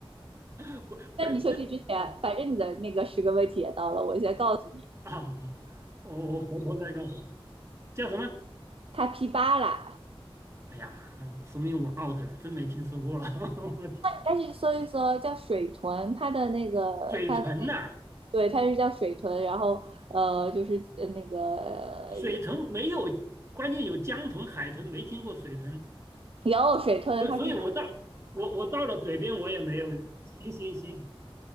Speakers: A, on the right; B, on the right.
A: 回回啊
B: 在你休息之前，反正你的那个十个问题也到了，我先告诉你，
A: 啊！啊！我我回头再告诉你叫什么？
B: 他 P 巴拉，
A: 哎呀，说明我 out 了，真没听说过。<laughs> 我天
B: 但是搜一搜叫水豚，它的那个它的
A: 水豚呐、
B: 对，它是叫水豚，然后呃，就是呃那个呃，
A: 水豚没有，关键有江豚、海豚，没听过水豚。
B: 有水豚，
A: 所以所以我到我我到了嘴边我也没有，
B: 它是
A: 行行行，